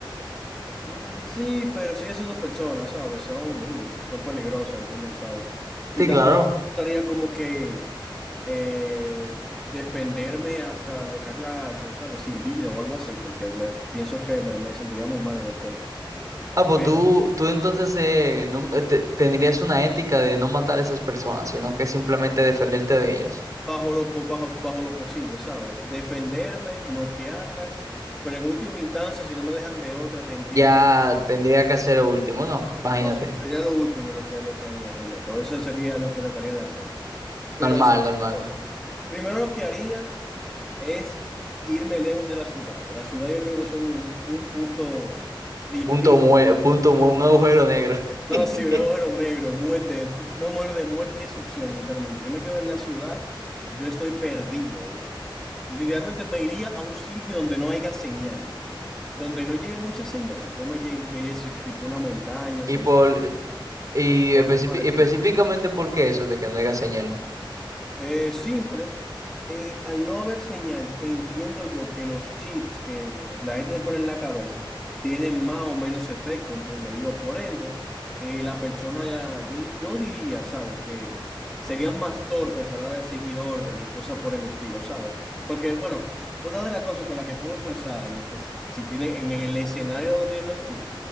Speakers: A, in the centre; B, on the right.
A: mm, sí, pero siguen siendo personas, ¿sabes? Son, uy, son peligrosas al fin y al cabo. Y
B: Sí,
A: tampoco
B: claro.
A: me gustaría como que eh, defenderme hasta dejarla, ¿sabes? Sin vida o algo así, porque me, pienso que me, me sentiría muy mal al respecto.
B: Ah, pues
A: Pero
B: tú, tú entonces eh, nun- eh, te- tendrías una ética de no matar a esas personas, sino que simplemente defenderte de ellas.
A: bajo lo, po- bajo, bajo lo posible, ¿sabes? Defenderme, noquearlas, pero en última instancia, si no me dejan de otra, tendría
B: Ya
A: que...
B: tendría que hacer lo último, ¿no? Imagínate.
A: No sé, sería lo último lo que, lo que haría realmente, o eso sería lo que trataría de hacer. Pero,
B: Normal,
A: ¿sabes
B: normal.
A: una cosa? Primero lo que haría es irme lejos de la ciudad. La ciudad yo creo que son un un punto difícil
B: Punto mue- punto mu- un agujero negro.
A: No,
B: <laughs>
A: sí, un agujero negro, muerte, pu- una muerte de muerte y destrucción, literalmente. Yo me quedo en la ciudad, yo estoy perdido. Literalmente me iría a un sitio donde no haya señal, donde no llegue mucha señal. Yo me, lle- me iría a ese tipo una montaña
B: Y
A: cercana
B: por y
A: o
B: especifi-
A: algo parecido.
B: específicamente
A: ¿no?
B: por qué eso de que no haya señal.
A: Eh, simple. Eh, al no haber señal, entiendo yo que los chips que la gente se pone en la cabeza tienen más o menos efecto, entiendo yo. Por ende, eh, la persona ya, yo, di- yo diría, ¿sabes? Que serían más torpes a la hora de seguir órdenes y cosas por el estilo, ¿sabes? Porque, bueno, una de las cosas que la que puedo pensar en el que s- si tiene, en el escenario donde tienen los chips,